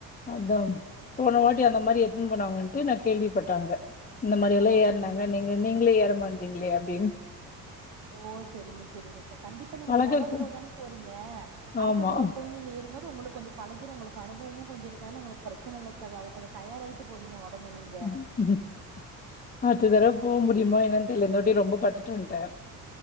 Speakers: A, on the left; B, on the right.
A: அதான் போன வாட்டி அந்த மாரி எட்த்துன் போனாங்கன்ட்டு நா கேள்விப்பட்டே அங்க இந்த மாரியெல்லா
B: ஓ
A: ஏற்னாங்க
B: செரிங்க செரி
A: நீங்க நீங்ளே ஏற மாட்றீங்ளே அப்டின்
B: ஓ செரிங்க செரிங்க சார் கண்டிப்பா நீங்க
A: பழக்கக்கு
B: மொத தரவ தானே போறீங்க அடுத்த
A: ஆமா
B: தரவ போய் நீங்க ஏ றும் போது உங்களுக்கு கொஞ்ச பழகிரு உங்களுக்கு அனுபவமு கொஞ்ச இருக்கனால உங்களுக்கு பிரச்சன இல்ல சகோ அதுக்கு கொஞ்ச தயாராயிட்டு போவீங்க ஒடம்ப நீங்க
A: ம் ம் அட்த்து வரவ் போ முடியுமா என்னென் தெர்ல இருந்தவாட்டி ரொம்ப பட்டுட்டு வந்ட்டே